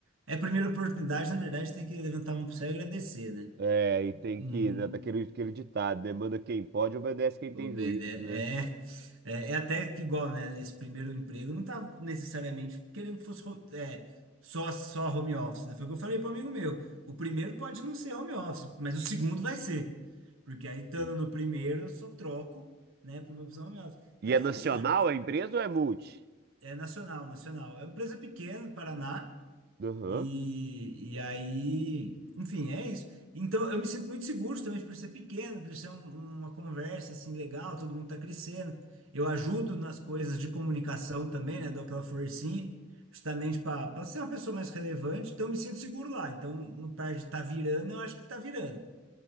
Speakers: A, on the right; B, on the right.
A: é a primeira oportunidade, na verdade, tem que levantar a mão pro céu e agradecer, né?
B: É, e tem
A: Hum,
B: que, né, daquele, aquele ditado, né? Manda quem pode, obedece quem
A: Obede
B: tem juízo,
A: é,
B: né?
A: é, é até que igual, né? Esse primeiro emprego não tava necessariamente querendo que fosse ho- é, só, só home office, né? Foi o que eu falei para um amigo meu. O primeiro pode não ser home office, mas o segundo vai ser. Porque aí, estando
B: Entendi.
A: no primeiro, eu só troco, né, por uma opção home office.
B: E
A: Então
B: é
A: é
B: nacional
A: isso, cara. A gente-
B: a empresa ou é multi?
A: É nacional, nacional. É uma empresa pequena, Paraná.
B: Aham.
A: E, e aí, enfim, é isso. Então, eu me sinto muito seguro também por ser pequeno, por ser um- uma conversa assim legal, todo mundo tá crescendo. Eu ajudo nas coisas de comunicação também, né? Dou aquela forcinha, justamente para ser uma pessoa mais relevante. Então, eu me sinto seguro lá. Então, no par de tá virando, eu acho que tá virando.